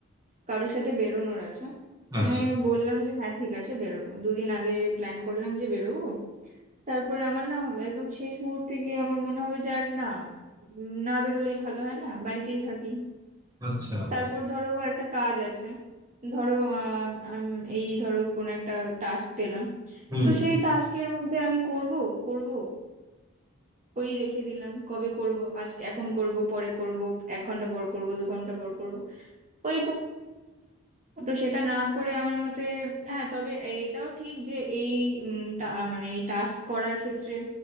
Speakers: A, on the right; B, on the right.
A: কারোর সাথে বেরোনোর আছে আমি
B: আচ্ছা
A: বললাম যে হ্যাঁ ঠিক আছে বেরোবো দুদিন আগে প্ল্যান করলাম যে বেরোবো তারপরে আমার না হবে একদম শেষ মুহূর্তে গিয়ে আমার মনে হবে যে আর না উম, না বেরোলেই ভালো হয় না বাড়িতেই থাকি
B: আচ্ছা
A: তারপর ধরো একটা কাজ আছে ধরো আহ আম, এই ধরো কোন একটা টাস্ক পেলাম
B: হুম
A: তো সেই টাস্কের মধ্যে আমি করব করব ওই রেখে দিলাম কবে করব আজকে এখন করব পরে করব এক ঘন্টা পর করব দু ঘন্টা পর করব ওই তো সেটা না করে আমার মতে হ্যাঁ তবে এটাও ঠিক যে এই উম, টা- মানে এই টাস্ক করার ক্ষেত্রে